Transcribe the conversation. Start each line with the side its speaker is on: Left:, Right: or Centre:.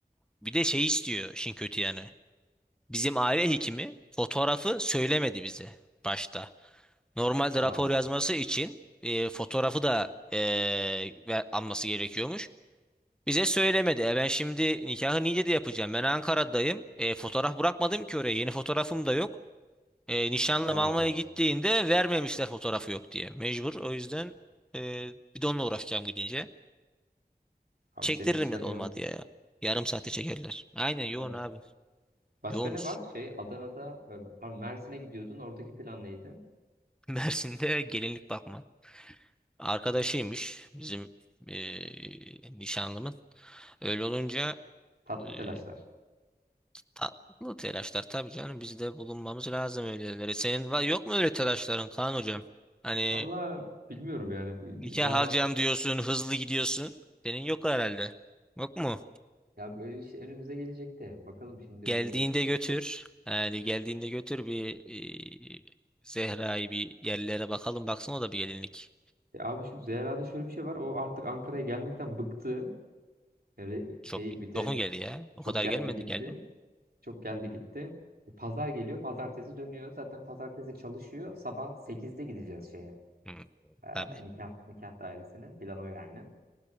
Centre: bir de şey istiyor işin kötü yani. Bizim aile hekimi fotoğrafı söylemedi bize başta. Normalde
Right: Aa,
Centre: rapor yazması için e, fotoğrafı da e, ver- alması gerekiyormuş. Bize söylemedi. E ben şimdi nikahı Niğde'de yapacağım. Ben Ankara'dayım. E, fotoğraf bırakmadım ki oraya. Yeni fotoğrafım da yok. E, nişanlım
Right: aa
Centre: almaya
Right: evet.
Centre: gittiğinde vermemişler fotoğrafı yok diye. Mecbur. O yüzden e, bir de onunla uğraşacağım gidince.
Right: Abi
Centre: Çektiririm
Right: senin işler
Centre: ya
Right: yoğun.
Centre: da olmadı ya. Yarım saate çekerler. Aynen yoğun
Right: Ya.
Centre: abi.
Right: Başka
Centre: Yoğunuz.
Right: ne var? Şey Adana'da, e, pardon Mersin'e gidiyordun. Oradaki plan neydi?
Centre: <laughs> Mersin'de gelinlik bakma. Arkadaşıymış bizim eee, nişanlımın. Öyle olunca
Right: Tatlı
Centre: eee,
Right: telaşlar.
Centre: tatlı telaşlar tabii canım. Biz de bulunmamız lazım öylelere. Senin var, yok mu öyle telaşların Kaan hocam? Hani
Right: Valla bilmiyorum yani.
Centre: nikah
Right: Daha
Centre: alacağım diyorsun, hızlı gidiyorsun. Senin yok herhalde. Yok mu?
Right: ya böyle işte önümüze gelecekti. Bakalım şimdi
Centre: Geldiğinde
Right: bu
Centre: götür. Yani geldiğinde götür bir e, Zehra'yı bir yerlere bakalım. Baksın o da bir gelinlik.
Right: Ya abi şimdi Zehra'da şöyle bir şey var. O artık Ankara'ya gelmekten bıktı. Öyle
Centre: Çok
Right: şey bir de
Centre: yok mu geldi ya? O
Right: çok
Centre: kadar
Right: geldi
Centre: gelmedi
Right: gitti.
Centre: geldi mi?
Right: Çok geldi gitti. E, Pazar geliyor. Pazartesi dönüyor. Zaten pazartesi çalışıyor. Sabah sekizde gideceğiz şeye.
Centre: Hmm,
Right: e,
Centre: tabii
Right: nikah nikah dairesine. Plan o yani.